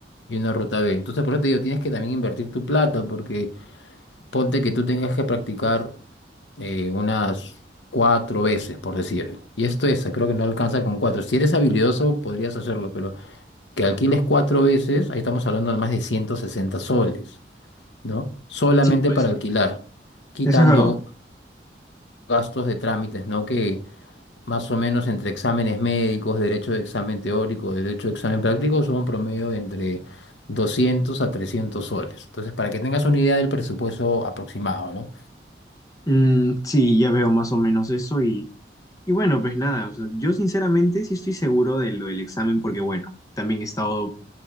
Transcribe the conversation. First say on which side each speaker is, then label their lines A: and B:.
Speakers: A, on the left; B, on the left.
A: y una ruta B. Entonces, por eso te digo, tienes que también invertir tu plata, porque ponte que tú tengas que practicar eh, unas cuatro veces, por decir. Y esto es, creo que no alcanza con cuatro. Si eres habilidoso, podrías hacerlo, pero que alquiles cuatro veces, ahí estamos hablando de más de 160 soles. ¿no? Solamente
B: Sí, pues.
A: para alquilar, quitando
B: Eso es verdad.
A: gastos de trámites, ¿no? Que más o menos entre exámenes médicos, derecho de examen teórico, derecho de examen práctico, son promedio de entre 200 a 300 soles. Entonces, para que tengas una idea del presupuesto aproximado, ¿no?
B: Mm, sí, ya veo más o menos eso y, y bueno, pues nada, o sea, yo sinceramente sí estoy seguro de lo del examen porque bueno, también he estado